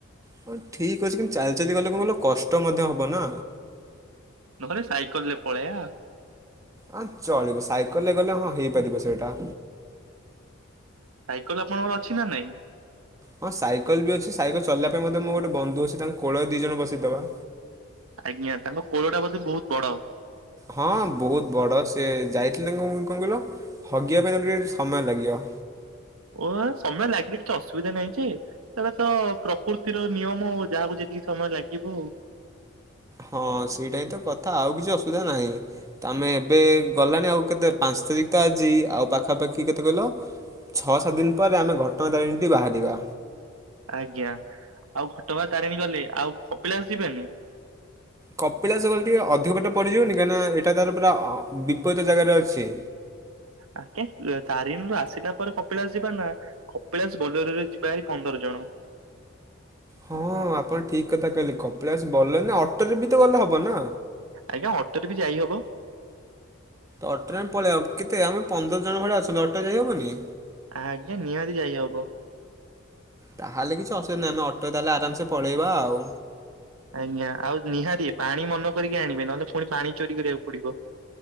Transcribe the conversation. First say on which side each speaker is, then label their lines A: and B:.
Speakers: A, on the right (about 15°); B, on the right (about 85°).
A: ହଉ ଠିକ ଅଛି କିନ୍ତୁ ଚାଲି ଚାଲି ଗଲେ କଣ କହିଲ କଷ୍ଟ ମଧ୍ୟ ହବ ନା
B: ନହେଲେ ସାଇକେଲ ରେ ପଳେଇଆ
A: ହଁ ଚଳିବ ସାଇକେଲରେ ଗଲେ ହଁ ହେଇପାରିବ ସେଇଟା।
B: ସାଇକେଲ ଆପଣଙ୍କର ଅଛି ନା ନାଇଁ?
A: ହଁ ସାଇକେଲ ବି ଅଛି ସାଇକେଲ ଚଲେଇବା ପାଇଁ ମୋ ଗୋଟେ ବନ୍ଧୁ ଅଛି ତାଙ୍କ କୋଳରେ ଦିଇ ଜଣ ବସେଇଦବା।
B: ଆଜ୍ଞା ତାଙ୍କ କୋଳଟା ବୋଧେ ବହୁତ ବଡ?
A: ହଁ ବହୁତ ବଡ ସେ ଯାଇଥିଲେ କଣ କହିଲ? ହଗିବା ପାଇଁ ତତେ ଟିକେ ସମୟ ଲାଗିବ।
B: ଓ ସମୟ ଲାଗିଲେ କିଛି ଅସୁବିଧା ନାହିଁ ଯେ ସେଟା ତ ପ୍ରକୃତି ଷ୍ଟି ର ଫନିୟମ ହଉ ଯାହାକୁ ଯେତିକି ସମୟ ଲାଗିବ ଆଉ।
A: ହଁ ସେଇଟାବି ତ କଥା ଆଉ କିଛି ଅସୁବିଧା ନାହିଁ। ତ ଆମେ ଏବେ ଗଲାଣି ଆଉ କେତେ ପାଞ୍ଚ ତାରିଖ ତ ଆଜି ଆଉ ପାଖାପାଖି କେତେ କହିଲ ଛଅ ସାତ ଦିନ ପରେ ଆମେ ଘଟଗାଁ ତାରିଣୀଟି ବାହାରିବା।
B: ଆଜ୍ଞା ଆଉ ଘଟଗାଁ ତାରିଣୀ ଗଲେ ଆଉ କପିଳାସ ଯିବେନି?
A: କପିଳାସ ଗଲେ ଟିକେ ଅଧିକ ବାଟ ପଡ଼ିିଯିବନି କାହିଁକିନା ଏଟା ତାର ପୁରା ବିପରୀତ ଜାଗାରେ ଅଛି।
B: ଆଜ୍ଞା ତାରିଣରୁ ଆସିଲା ପରେ କପିଳାସ ଯିବା ନା କପିଳାଶ ବୋଲରରେ ଯିବା ହାରି ପନ୍ଦର ଜଣ।
A: ହଁ ଆପଣ ଠିକ କଥା କହିଲେ କପିଳାସ ଭଲ ନା ଅଟୋରେ ବି ତ ଗଲେ ହବ ନା।
B: ଆଜ୍ଞା ଅଟୋରେ ବି ଯାଇ ହବ।
A: ଅଟୋରେ ପଳେଇବ କେତେ ଆମେ ପନ୍ଦର ଜଣ ଭଳିଆ ଅଛନ୍ତି ଅଟୋରେ ଯାଇହବନି।
B: ଆଜ୍ଞା ନିହାତି ଯାଇ ହବ।
A: ତାହେଲେ କିଛି ଅସୁବିଧା ନାହିଁ ଆମେ ଅଟୋ ରେ ତାହେଲେ ଆରାମସେ ପଳେଇବା ଆଉ।
B: ଆଜ୍ଞା ଆଉ ନିହାତି ପାଣି ମନ କରିକି ଆଣିବେ ନହେଲେ ପୁଣି ପାଣି ଚୋରି କରିବାକୁ ପଡିବ।